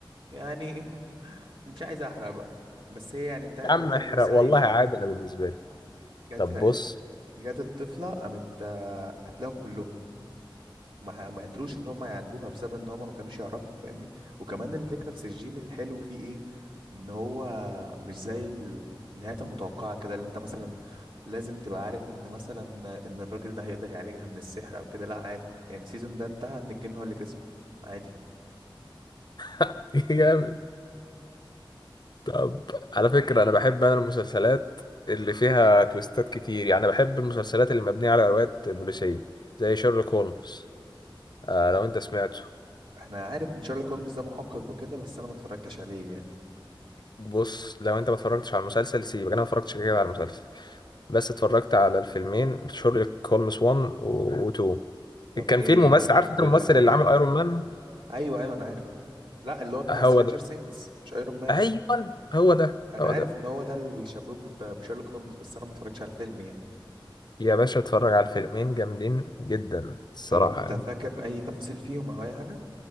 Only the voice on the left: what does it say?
يا
عم احرق
والله عادي أنا بالنسبة لي
طب بص
<laughs> جامد طب على فكرة أنا بحب أنا المسلسلات اللي فيها تويستات كتير يعني بحب المسلسلات اللي مبنية على روايات بوليسية زي شيرلوك هولمز آه لو أنت سمعته
بص لو انت ما اتفرجتش على المسلسل سيبك انا ما اتفرجتش كده كده على المسلسل بس اتفرجت على الفيلمين شيرلوك هولمز 1 و 2
كان
في الممثل
عارف
انت الممثل
اللي
عامل ايرون مان
هو
ده
ايوه هو ده
هو
ده
يا باشا اتفرج على الفيلمين جامدين جدا الصراحة
يعني